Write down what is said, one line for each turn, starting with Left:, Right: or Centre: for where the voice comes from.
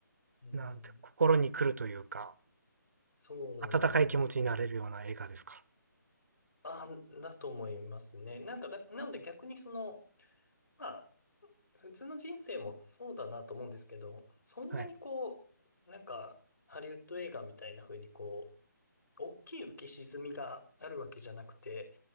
Left: うん、
Right: なんて心に来るというか、
Left: そうなんですよ。
Right: 温かい気持ちになれるような映画ですか？
Left: あ、だと思いますね。なんかだ、なので逆にその、まあ、普通の人生もそうだなと思うんですけど、そんなにこう、
Right: はい、
Left: なんか、ハリウッド映画みたいな風にこ大きい浮き沈みがあるわけじゃなくて、